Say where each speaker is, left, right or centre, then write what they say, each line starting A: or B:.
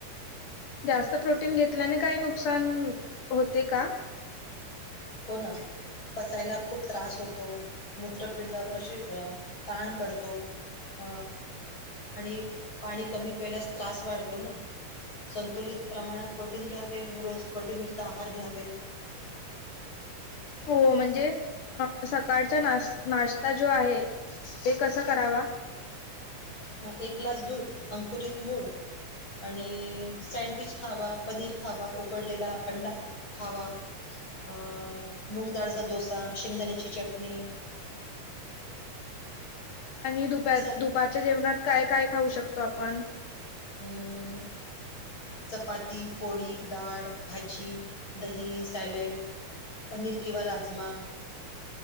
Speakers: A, on the left; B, on the left.
A: जास्त प्रोटीन घेतल्याने काही नुकसान होते का
B: हो ना पसायला खूप त्रास होतो मूत्रपिंडावर अशी अ ताण पडतो अ आणि पाणी कमी पेल्यास त्रास वाढतो ना संतुलित प्रमाणात प्रोटीन घ्यावे रोज प्रोटीन युक्त आहार घ्यावे
A: हो म्हणजे सकाळचा ना नाश्ता जो आहे ते कसं करावा
B: मग एक ग्लास दूध, अंकुरित मूळ आणि सँडविच खावा, पनीर खावा, उकळलेला अंडा खावा, अ मुगडाळचा डोसा, शेंगदाण्याची चटणी
A: आणि दुपार
B: हे सर
A: दुपारच्या जेवणात काय काय खाऊ शकतो आपण.
B: ह.. चपाती, पोळी, डाळ, भाजी, दही, सॅलेड पनीर किंवा राजमा